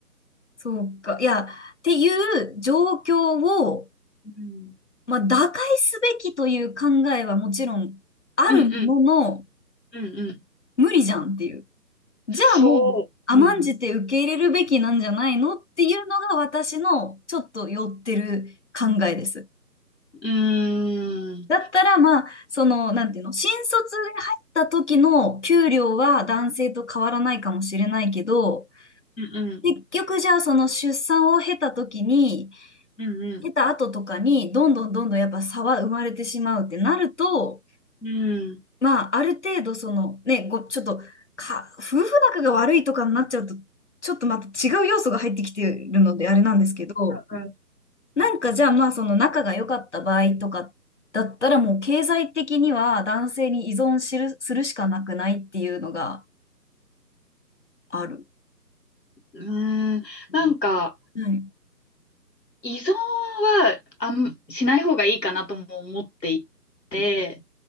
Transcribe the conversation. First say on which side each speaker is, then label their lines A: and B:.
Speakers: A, on the left; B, on the left.
A: そうか。いや、っていう状況を、
B: うん、
A: まあ、打開すべきという考えはもちろんあるものの、
B: うん、うん、うん、うん。
A: 無理じゃんっていう。じゃあもう、
B: そう、
A: 甘んじて受け入れるべきなんじゃないのっていうのが私のちょっと寄ってる考えです。
B: うん、うーん、
A: だったら、まあ、その、なんていうの、新卒で入った時の給料は男性と変わらないかもしれないけど、
B: うん、うん、
A: 結局じゃあその出産を経た時に、
B: うん、うん。
A: 経た後とかに、どんどんどんどんやっぱ差は生まれてしまうってなると、
B: うん
A: まあ、ある程度その、ね、ご、ちょっと、か、夫婦仲が悪いとかになっちゃうと、ちょっとまた違う要素が入ってきてるのであれなんですけど、
B: うんうん
A: なんかじゃあまあその仲が良かった場合とかだったらもう経済的には男性に依存する、するしかなくないっていうのがある。
B: うん、うーんなんか、
A: うんはい。
B: 依存はあん、しない方がいいかなとも思っていて、